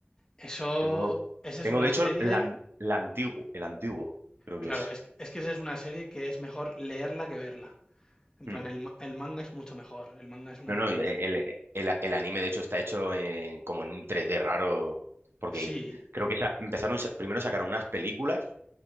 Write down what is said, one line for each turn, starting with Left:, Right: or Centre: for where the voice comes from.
Left: Eso,
Right: Tengo,
Left: esa es
Right: tengo
Left: una
Right: de hecho
Left: serie,
Right: la, an- la antiguo, el antiguo, creo que
Left: claro,
Right: es.
Left: es, es que esa es una serie que es mejor leerla que verla. En plan,
Right: Mm.
Left: el, ma- el manga es mucho mejor, el manga es una
Right: No,
Left: obra
Right: no, el,
Left: maestra.
Right: el- el- el anime de hecho está hecho en- como en un 3D raro, porque
Left: Sí,
Right: creo que esa- empezaron, sa- primero sacaron unas películas,